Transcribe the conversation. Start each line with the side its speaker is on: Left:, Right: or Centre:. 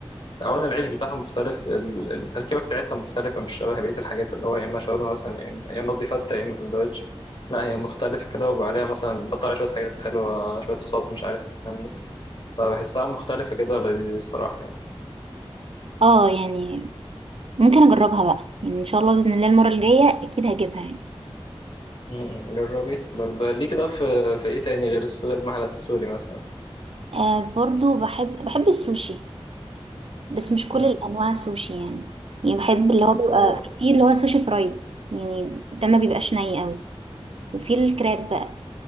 Left: أولا العيش بتاعها مختلف ال- التركيبة بتاعتها مختلفة مش شبه بقية الحاجات اللي هو يا إما شاورما مثلا يا إما يا إما قصدي فتة يا إما سندوتش لا هي مختلفة كده وعليها مثلا بيحط عليها شوية حاجات حلوة شوية صوصات مش عارف الكلام ده فبحسها مختلفة كده ولذيذة الصراحة يعني.
Right: اه يعني ممكن اجربها بقى يعني ان شاء الله باذن الله المره الجايه اكيد هجيبها يعني
Left: مم. جربي برضه ليه كده في في ايه تاني غير الس- غير المحلات السوري مثلا
Right: آه برضو بحب بحب السوشي بس مش كل
Left: مم.
Right: الانواع سوشي يعني يعني بحب اللي هو بيبقى
Left: هو
Right: فيه اللي هو سوشي فرايد يعني ده ما بيبقاش ني قوي وفي الكراب بقى